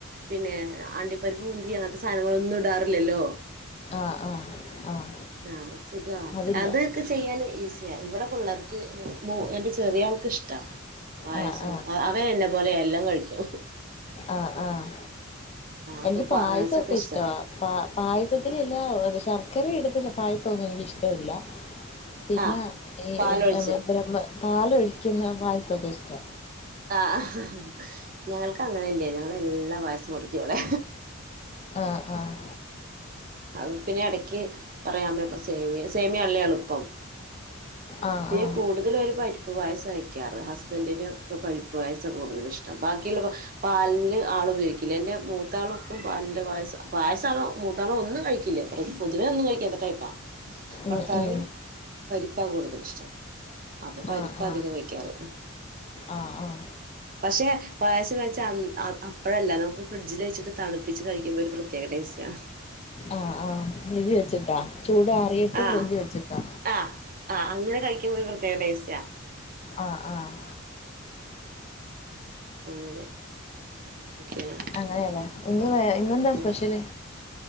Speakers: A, on the right; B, on the left.
A: പിന്നെ അണ്ടിപ്പരിപ്പ് മുന്തിരി അങ്ങനത്തെ സാധനങ്ങളൊന്നും ഇടാറില്ലല്ലോ
B: ആഹ് ആഹ് ആഹ്
A: ആഹ് സുഖമാ
B: അതില്ല
A: അത് ക്കൊ ചെയ്യാൻ ഈസിയ ഇവിടെ പിള്ളേർക്ക് എന്റെ ചെറിയ ആൾക്ക് ഇഷ്ട പായസം
B: ആഹ് ആഹ്
A: അവൻ എന്നെ പോലെയ എല്ലാം കഴിക്കും
B: ആഹ് ആഹ്
A: ആഹ് അപ്പൊ
B: എനിക്ക് പായസൊക്കെ
A: ഇഷ്ടാ
B: ഇഷ്ടവാ പ പായസത്തിൽ ഇല്ലെ ശർക്കര ഇടുന്ന പായസം ഒന്നും എനിക്ക് ഇഷ്ടമില്ല പിന്നെ
A: ആഹ്
B: ഈ
A: പാലൊഴിച്ച്
B: ബ്രഹ്മ പാല് ഒഴിക്കുന്ന പായസൊക്കെ ഇഷ്ടാ
A: ആഹ് ഞങ്ങൾക്ക് അങ്ങനെ ഇല്ല ഞങ്ങൾ എല്ലാ പായസം കുടിക്കും ഇവിടെ
B: ആഹ് ആഹ്
A: അത് പിന്നെ എടക്ക് പറയാമ്മെപ്പ സേമിയ സേമിയല്ലേ എളുപ്പം
B: ആഹ്
A: പിന്നെ
B: ആഹ്
A: കൂടുതലേര് പരിപ്പ് ഇപ്പോ പായസാ വയ്ക്കാറ് ഹസ്ബൻടിനു പരിപ്പ് പായസാ കൂടുതല്ഷ്ടം ബാക്കിയുള്ള പാലില് ആള് ഉപയോഗിക്കില്ല എന്റെ മൂത്താളും പാലിന്റെ പായസം പായസാവ മൂത്താളൊന്നും കഴിക്കില്ല പൊതുവെ ഒന്നും കഴിക്കാത്ത ടൈപ്പാ ഭർത്താവിനും
B: ഉം ഉം
A: പരിപ്പാ കൂടുതലിഷ്ടം അപ്പൊ പരിപ്പാധികം
B: ആഹ് ആഹ്
A: വെക്കാറ്
B: ആഹ് ആഹ്
A: പക്ഷെ പായസം വെച്ച അ അപ്പഴല്ല നമുക്ക് ഫ്രിഡ്ജിൽ വെച്ചിട്ട് തണുപ്പിച്ച് കഴിക്കുമ്പോ ഒരു പ്രത്യേക ടേസ്റ്റാ
B: ആഹ് ആഹ് ഫ്രിഡ്ജി വെച്ചിട്ടാ ചൂടാറിയിട്ട്
A: ആഹ്
B: ഫ്രിഡ്ജി വെച്ചിട്ടാ
A: ആഹ് ആഹ് അങ്ങനെ കഴിക്കുമ്പ ഒരു പ്രത്യേക ടേസ്റ്റാ
B: ആഹ് ആഹ്
A: അങ്ങനെ <unintelligible>
B: അങ്ങനെയല്ലേ ഇന്ന് വേ ഇന്നെന്താ സ്പെഷ്യല്
A: ആഹ്